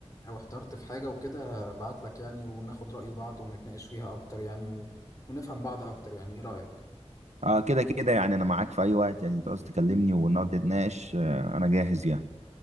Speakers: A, on the left; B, on the right.
A: او احترت في حاجه وكده هبعت لك يعني وناخد راي بعض ونتناقش فيها اكتر يعني و- ونفهم بعض اكتر يعني ايه رايك
B: اه كده كده يعني انا معاك في اي وقت يعني انت عاوز تكلمني ونقعد نتناقش آه، انا جاهز يعني